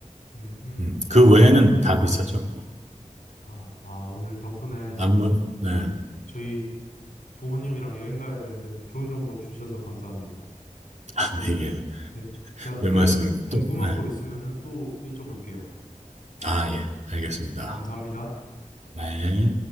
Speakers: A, on the left; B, on the right.
A: 음.
B: 음, 그 외에는 다 비싸죠. 뭐.
A: 아, 아, 오늘 덕분에
B: 아무, 네.
A: 네,
B: <laughs>
A: 저희 부모님이랑 여행 가야 되는데 좋은 정보 주셔서 감사합니다.
B: 아, 예, 예.
A: 제- 제가
B: 왜
A: 또
B: 말씀을
A: 궁금한
B: 또, 네.
A: 거 있으면은 또 여쭤볼게요.
B: 아, 예. 알겠습니다.
A: 네, 감사합니다.
B: 네.